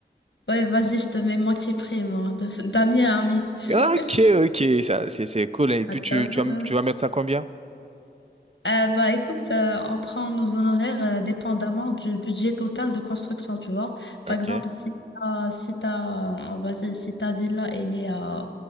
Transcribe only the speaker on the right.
Ok, ok, ça, c'est, c'est cool. hein. Et
puis tu,
tu vas, m- tu vas mettre ça combien?
Ok,